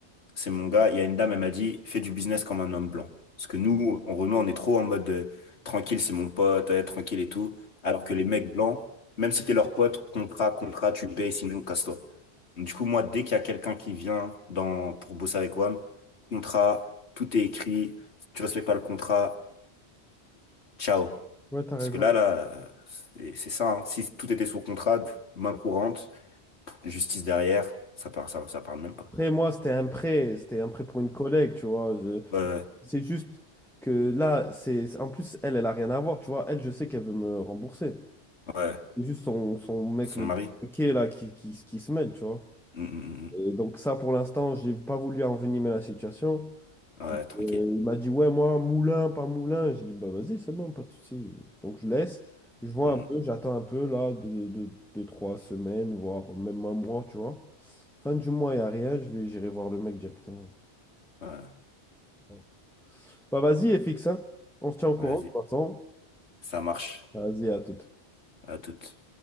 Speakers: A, on the left; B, in the centre.
A: c'est mon gars, il y a une dame, elle m'a dit, fais du business comme un homme blanc. Parce que nous, en Renault, on est trop en mode euh, tranquille, c'est mon pote, ouais, tranquille et tout. Alors que les mecs blancs, même si t'es leur pote, contrat, contrat, tu payes, sinon casse-toi. Du coup, moi, dès qu'il y a quelqu'un qui vient dans, pour bosser avec WAM, contrat, tout est écrit, si tu respectes pas le contrat, ciao.
B: Ouais, t'as
A: Parce
B: raison.
A: que là, là, euh, c'est c'est ça, hein. Si tout était sur contrat, main courante, justice derrière, ça parle, ça, ça parle même pas.
B: Après, moi, c'était un prêt, c'était un prêt pour une collègue, tu vois. je-
A: Ouais, ouais,
B: C'est juste que là, c'est c'est- en plus, elle, elle a rien à voir, tu vois. Elle, je sais qu'elle veut me rembourser.
A: ouais,
B: C'est juste son, son mec,
A: son
B: le
A: mari.
B: qui est là, qui, qui, qui se mêle, tu vois.
A: Mm, mm, mm.
B: Et donc, ça, pour l'instant, j'ai pas voulu envenimer la situation.
A: mm. Ouais, tranquille.
B: Euh, il m'a dit, ouais, moi, moulin, pas moulin. J'ai dit, bah vas-y, c'est bon, pas de souci. Donc je laisse, je vois
A: Mm,
B: un
A: mm.
B: peu, j'attends un peu, là, deux, deux, deux, trois semaines, voire même un mois, tu vois. Fin du mois, il n'y a rien, je vais, j'irai voir le mec directement.
A: ouais,
B: Bon. Bah vas-y, FX, hein. On se tient au
A: vas-y,
B: courant, de toute façon.
A: ça marche.
B: Vas-y, à toute.
A: À toute.